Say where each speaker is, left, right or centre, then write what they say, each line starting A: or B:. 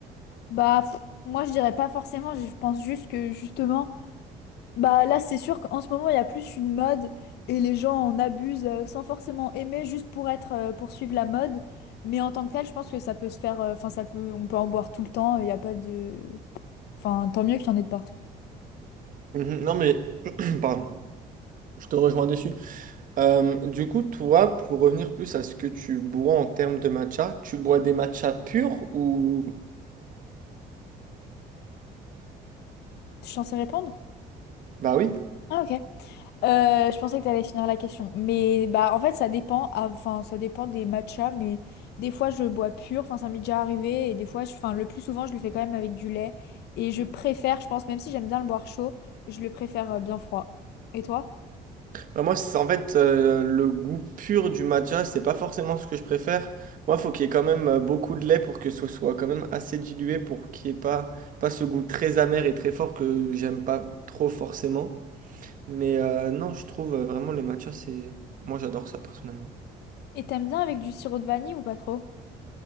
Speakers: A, on the left; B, on the right.
A: Bah, pff, moi, je dirais pas forcément. Je pense juste que justement, Bah là, c'est sûr qu'en ce moment, il y a plus une mode et les gens en abusent euh, sans forcément aimer, juste pour être, euh, pour suivre la mode. Mais en tant que tel, je pense que ça peut se faire, euh, enfin, ça peut, on peut en boire tout le temps, il n'y a pas de... Enfin, tant mieux qu'il y en ait de partout.
B: Mhm, Non mais, <clears throat> pardon, je te rejoins dessus. Euh, du coup, toi, pour revenir plus à ce que tu bois en termes de matcha, tu bois des matchas purs ou...
A: Tu es censé répondre?
B: Bah oui.
A: Ah, ok. Euh, je pensais que tu allais finir la question. Mais bah en fait ça dépend, Ah, enfin ça dépend des matchas, mais des fois je bois pur, enfin ça m'est déjà arrivé, et des fois, je- enfin le plus souvent je le fais quand même avec du lait. Et je préfère, je pense, même si j'aime bien le boire chaud, je le préfère euh, bien froid. Et toi?
B: Bah moi, c'est en fait euh, le goût pur du matcha, c'est pas forcément ce que je préfère. Moi, faut qu'il y ait quand même euh, beaucoup de lait pour que ce soit quand même assez dilué pour qu'il n'y ait pas, pas ce goût très amer et très fort que j'aime pas trop forcément. Mais euh, non, je trouve euh, vraiment le matcha, c'est... Moi, j'adore ça personnellement.
A: Et t'aimes bien avec du sirop de vanille ou pas trop?